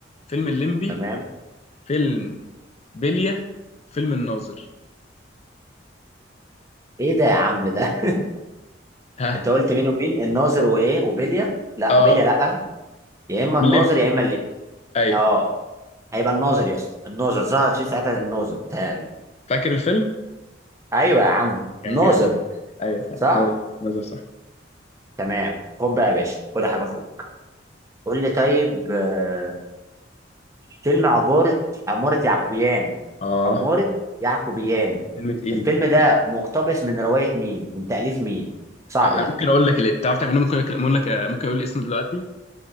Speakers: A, on the left; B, on the right.
A: فيلم الليمبي
B: تمام
A: فيلم بلية فيلم الناظر
B: ايه ده يا عم ده
A: ها
B: <laughs> انت قلت مين ومين الناظر وايه وبيليا لا
A: اه
B: بيليا لا يا اما الناظر
A: الليمبي
B: يا اما اللي
A: ايوه
B: اه هيبقى الناظر يا اسطى الناظر ظهر في ساعتها الناظر بتهيألي
A: فاكر الفيلم
B: ايوه يا عم
A: كان
B: الناظر
A: جامد ايوه فعلا
B: صح
A: هو ده. الناظر صح
B: تمام خد بقى يا باشا خد يا حبيب اخوك قول لي طيب آه، فيلم عمارة عمارة يعقوبيان
A: اه
B: عمارة يعقوبيان
A: فيلم تقيل
B: الفيلم
A: ده
B: ده مقتبس من رواية مين من تأليف مين صعب
A: آه،
B: ده
A: ممكن اقول لك ليه تعرف تعرف إن أنا ممكن ممكن اقول لك آه، ممكن اقول الاسم دلوقتي